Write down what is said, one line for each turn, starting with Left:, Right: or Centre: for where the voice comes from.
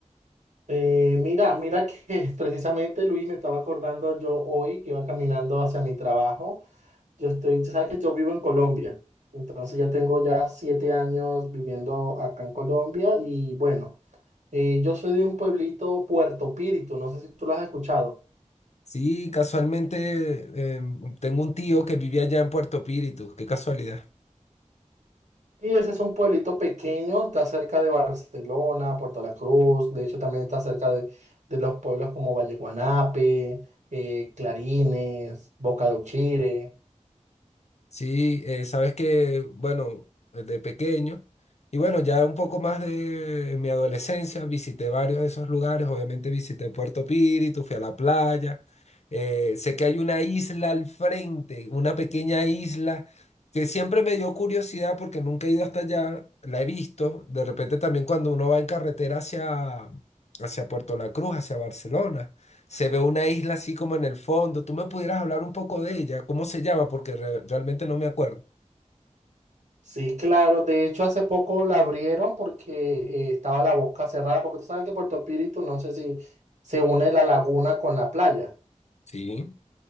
Right: Eh, mira, mira que <laughs> precisamente Luis me estaba acordando yo hoy que iba caminando hacia mi trabajo. Yo estoy, tú sabes que yo vivo en Colombia, entonces ya tengo ya siete años viviendo acá en Colombia y bueno, eh, yo soy de un pueblito Puerto Píritu, no sé si tú lo has escuchado.
Left: Sí, casualmente eh, tengo un tío que vivía allá en Puerto Píritu, qué casualidad.
Right: Y ese es un pueblito pequeño, está cerca de Barcelona, Puerto La Cruz, de hecho también está cerca de, de los pueblos como Valle Guanape, eh, Clarines, Boca de Uchire.
Left: Sí, eh, sabes que, bueno, de pequeño, y bueno, ya un poco más de mi adolescencia, visité varios de esos lugares, obviamente visité Puerto Píritu, fui a la playa, eh, sé que hay una isla al frente, una pequeña isla, que siempre me dio curiosidad porque nunca he ido hasta allá, la he visto, de repente también cuando uno va en carretera hacia, hacia Puerto La Cruz, hacia Barcelona. Se ve una isla así como en el fondo. ¿Tú me pudieras hablar un poco de ella? ¿Cómo se llama? Porque re- realmente no me acuerdo.
Right: Sí, claro. De hecho, hace poco la abrieron porque eh, estaba la boca cerrada, porque tú sabes que Puerto Píritu, no sé si se une la laguna con la playa.
Left: Sí.